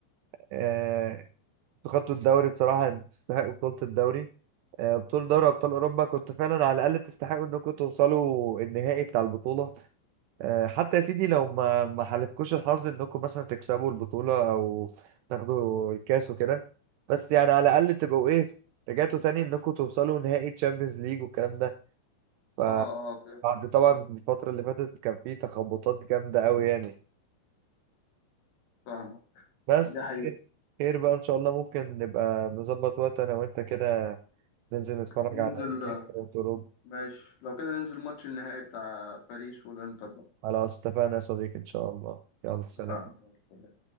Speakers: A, on the right; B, on the left.
A: آه، أنتوا خدتوا الدوري بصراحة يعني تستحقوا بطولة الدوري آه، بطولة دوري أبطال أوروبا كنتوا فعلا على الأقل تستحقوا إنكم توصلوا النهائي بتاع البطولة آه، حتى يا سيدي لو ما ما حالفكوش الحظ إنكم مثلا تكسبوا البطولة أو تاخدوا الكاس وكده بس يعني على الأقل تبقوا إيه رجعتوا تاني إنكم توصلوا نهائي تشامبيونز ليج والكلام ده فبعد
B: اه اه فهمت فهمت
A: طبعا الفترة اللي فاتت كان في تخبطات جامدة أوي يعني
B: فاهمك
A: بس
B: دي حقيقة
A: خير خير بقى ان شاء الله ممكن نبقى نظبط وقت انا وانت كده ننزل نتفرج
B: ننزل
A: على نهائي كرة اوروبا
B: ماشي لو كده ننزل ماتش النهائي بتاع باريس والإنتر بقى
A: على اتفقنا يا صديقي ان شاء الله يلا سلام
B: فاهم